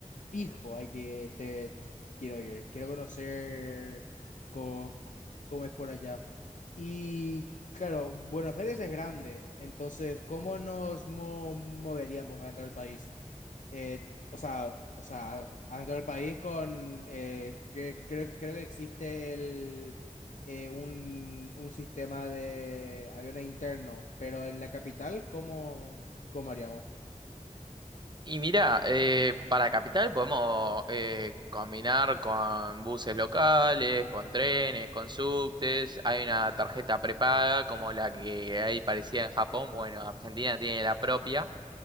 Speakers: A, on the left (about 65°); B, on the right (about 35°).
A: fijo, hay que te quiero ir, quiero conocer co- co- cómo es por allá. Y claro, Buenos Aires es grande, entonces, ¿cómo nos mo- moveríamos dentro del país? eh, o sea, o sea, adentro del país con, eh, cre- creo, creo que existe el, eh, un, un sistema de aviones interno, pero en la capital, ¿cómo, cómo haríamos?
B: Y mira, eh, para Capital podemos eh, combinar con buses locales, con trenes, con subtes. Hay una tarjeta prepaga como la que hay parecida en Japón. Bueno, Argentina tiene la propia